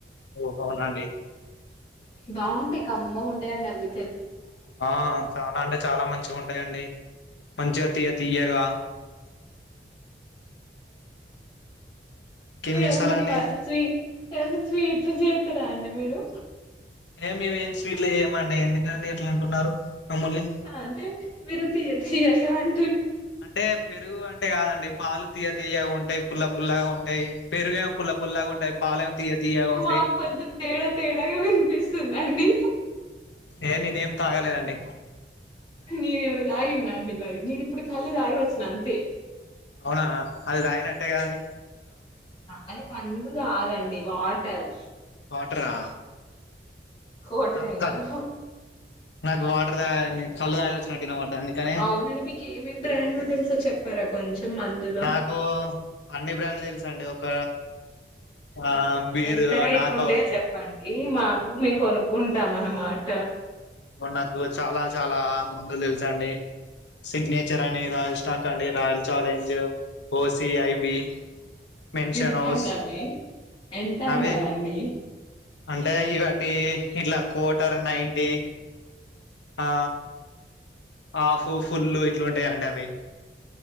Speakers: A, on the left; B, on the left.
A: ఓ అవునా అండి
B: బాగుంటాయి కమ్మ ఉంటా థెలావి
A: ఆ చాలా అంటే చాలా మంచిగా ఉంటాయండి మంచిగా తీయ తీయగా ఇంకేం
B: మీరు
A: చేస్తాలండి
B: ఏమన్నా ప స్వీ ఏమన్నా స్వీట్లు చేస్తారా అండి మీరు
A: ఏ మేమేం స్వీట్లు చేయమండీ ఎందుకండి అట్లా అంటున్నారు మమ్ముల్ని
B: ఆ అంటే మీరు తియ తీయ్యాగాంట్
A: అంటే పెరుగు అంటే కాదండి పాలు తియ్యతియ్యగుం ఉంటాయి పుల్ల పుల్లాగా ఉంటాయి పెరుగమో పుల్ల పుల్లాగా ఉంటాయి పాలేమో తీయ తీయగా ఉంటాయి
B: మాకు కొంచెం తేడా తేడాగా వినిపిస్తుందండి
A: ఏ నేనేం తాగలేదండి
B: నీవేమన్న తాగిందా అండీ మరి నేను ఇప్పుడు కళ్ళు తాగి వచ్చిన అంతే
A: అవునా అది తాగినట్టే కదండీ
B: అది మందు కాదండీ వా టర్
A: వాటరా
B: కోటరెంకాదు
A: నాకు నాకు వాటర్ తాగి కళ్ళు తాగి వచ్చినట్టు కాని
B: అవునండి మీకు ఏమేం బ్రాండ్లు తెలుసో చెప్పారా కొంచెం మందులో
A: నాకు అన్ని బ్రాండ్లు తెలుసండి ఒక
B: ఎం
A: ఆ బీర్
B: ఎంత రేట్లు
A: నాకౌట్
B: ఉంటాయో చెప్పండి మాకు మేము కొనుక్కుంట మ్ అనమాట
A: నాకు చాలా చాలా మందులు తెలుసండి సిగ్నేచర్ అని రాయల్ స్టాక్ అండి Royal Challenge OC IB Mansion
B: ఎంత
A: హౌస్
B: అండి అవి ఎంత
A: అవి
B: అండీ అవన్నీ
A: అంటే ఇ వాటి ఇట్లా కోటర్ నైంటి ఆ హాఫ్ ఫుల్లు ఇట్లుంటాయి అండి